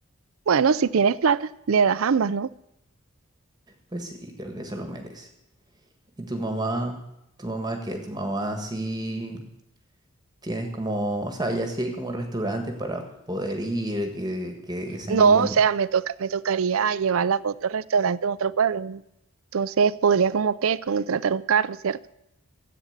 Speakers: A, on the right (about 65°); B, on the right (about 20°).
A: Bueno, si tienes plata, le das ambas, ¿no?
B: Pues sí, creo que eso lo merece. ¿Y tu mamá? ¿Tu mamá qué? ¿Tu mamá sí tienes como, o sea, ya sí hay como restaurantes para poder ir, que, que, que sean
A: No,
B: bien bonitos?
A: o sea, me toca, me tocaría llevarla a otro restaurante en otro pueblo, ¿no? Entonces podría como que contratar un carro, ¿cierto?